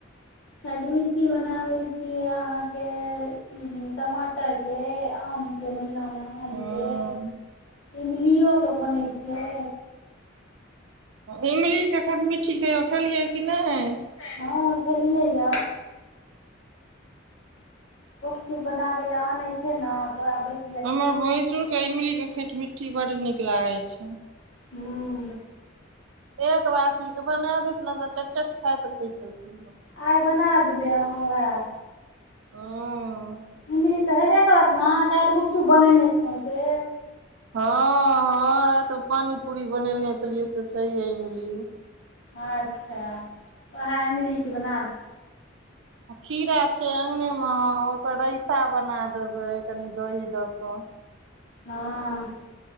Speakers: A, on the left; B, on the right.
A: खटमिठ्ठी बनाबै छियै, अहाँके टमाटरके आम के महिना मे आमके,
B: हूँ
A: इमलीयो क बनै छै।
B: इमली के खटमिट्ठी कहियो खेलियै ह कि नहि।
A: हँ खेलियै यऽ। गुपचुप बनाबै लए आनै छियै नऽ तो ओहैं बैच
B: हमर भैंसुरके इमलीके खेटमिट्ठी बड्ड नीक लागै छैन।
A: हूं
B: एक बाटी के बना दैथ न, तऽ चटचट खाइत रहै छलखिन।
A: आइ बना देबै अहाँ वैह।
B: हँऽ
A: इमली तऽ हेबे करत ने, काल्हि गुपचुप बनेने छलौ से।
B: हँ-हँ राति में पानी पूरी बनेने छलियै से छैहे इमली।
A: अच्छा औहै इमली के बना देबै।
B: आ खीरा छै अङ्गने म ओकर रैयता बना देबै, कनि दही दऽ कऽ।
A: हँ